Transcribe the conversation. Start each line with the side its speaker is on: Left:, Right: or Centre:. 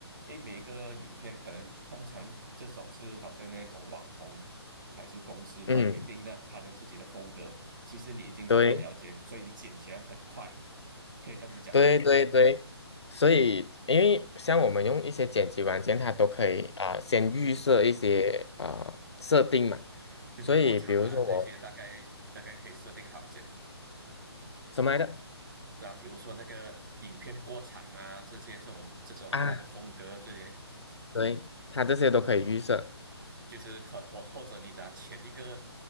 Right: 哎，诶每个影片可能通常这种是好像那种网红还是公司，它有一定的它的自己的风格。
Left: 嗯
Right: 其实你已经大概了解，
Left: 对。
Right: 所以你剪起来很快，可以这样子讲了。
Left: 对对对，所以因为像我们用一些剪辑软件，它都可以啊、呃先预设一些啊设定嘛，
Right: 嗯哼，就是过场啊这些，
Left: 所以比如说我
Right: 大概大概可以设定好先。
Left: 什么来着
Right: 那比如说那个影片过场啊，这些这种这种它的风格，
Left: 啊，
Right: 这些
Left: 对，它这些都可以预设，
Right: 就是可或或者你拿前一个，